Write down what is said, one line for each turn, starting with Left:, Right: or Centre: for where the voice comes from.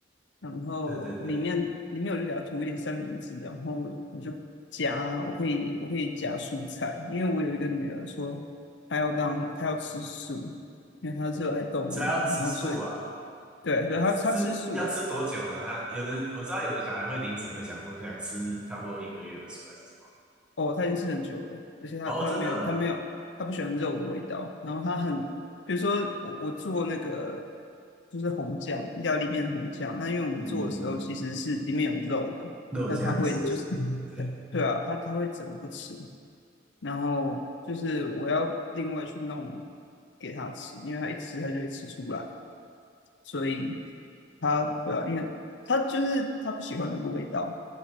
Left: 然后里面里面我就给它涂一点三明治，
Centre: 对对对，
Left: 然后我就夹，我可以我可以夹蔬菜，因为我有一个女儿说她要当她要吃素，因为她热爱动物，
Centre: 只要吃素啊，
Left: 然后所以对，所以她她吃素，
Centre: 吃要吃多久呢？他有的我知道，有的小孩会临时会想说想吃差不多一个月的素还是什么？
Left: 哦，她已经吃很久了，而且她她没有她没有她不喜欢肉的味道，
Centre: 哦，真的哦，
Left: 然后她很比如说我我做那个就是红酱意大利面的红酱，那因为我们做的时候其实是里面有肉的，
Centre: 嗯嗯嗯，肉酱是不是？
Left: 那她会就是
Centre: 对，
Left: 对啊，她她会整个不吃。然后就是我要另外去弄给他吃，因为他一吃他就会吃出来，所以他对啊，因为他就是他不喜欢那个味道，